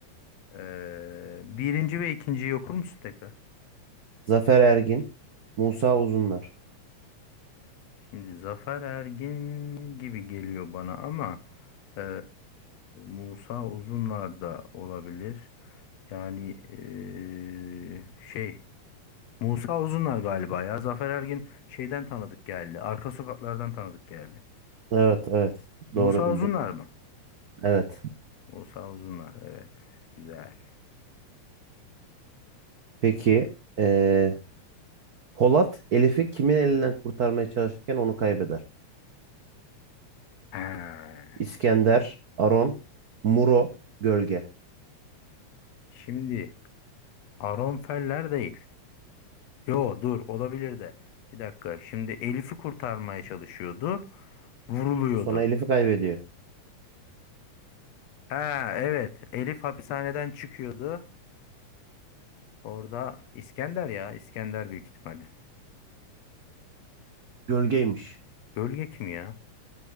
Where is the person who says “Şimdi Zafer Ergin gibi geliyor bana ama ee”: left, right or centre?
Left